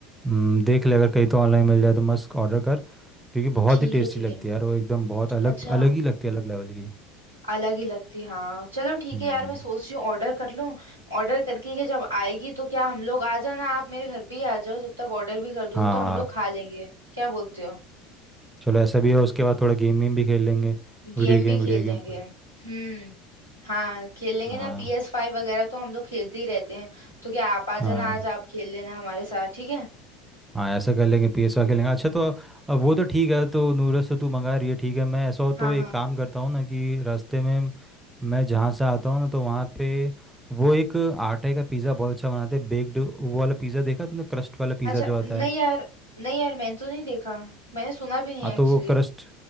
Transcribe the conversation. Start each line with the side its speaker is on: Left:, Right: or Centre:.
Centre: हम्म, देख ले अगर कहीं तो ऑनलाइन मिल जाए तो मस्त ऑर्डर कर क्योंकि बहुत
Right: ठीक
Centre: ही टेस्टी
Right: है ठीक
Centre: लगती
Right: है
Centre: है यार वो एकदम बहुत अलग
Right: अच्छा
Centre: अलग ही लगती है अलग लेवल की
Right: अलग ही लगती हाँ चलो ठीक
Centre: हम्म
Right: है यार मैं सोच रही हूँ ऑर्डर कर लूँ ऑर्डर करके के जब आएगी तो क्या हम लोग आ जाना आप मेरे घर पे ही आ जाओ जब तक ऑर्डर भी कर दूंगी
Centre: हाँ
Right: तो हम लोग खा लेंगे क्या बोलते हो
Centre: चलो ऐसा भी है उसके बाद थोड़ा गेम वेम भी खेल लेंगे
Right: गेम
Centre: वीडियो गेम
Right: भी खेल
Centre: वीडियो गेम
Right: लेंगे
Centre: कोई
Right: हम्म हाँ खेल लेंगे
Centre: हाँ
Right: ना पी एस फाइव वगैरह तो हम लोग खेलते ही रहते हैं तो क्या आप आ
Centre: हाँ
Right: जाना आज आप खेल लेना हमारे साथ ठीक है
Centre: हाँ ऐसा कर लेंगे पी एस खेल लेंगे अच्छा तो अब वो तो ठीक है तो नूडल्स तो तू मंगा रही है ठीक है मैं ऐसा हो
Right: हाँ
Centre: तो एक
Right: हाँ
Centre: काम करता हूँ ना कि रास्ते में मैं जहाँ से आता हूँ ना तो वहाँ पे वो एक आटे का पिज़्ज़ा बहुत अच्छा बनाते हैं बेक्ड वो वाला पिज़्ज़ा देखा तूने क्रस्ट वाला पिज़्ज़ा
Right: अच्छा
Centre: जो आता
Right: नहीं
Centre: है
Right: यार नहीं यार मैंने तो नहीं देखा मैंने सुना भी नहीं
Centre: हाँ
Right: एक्चुअली
Centre: तो वो क्रस्ट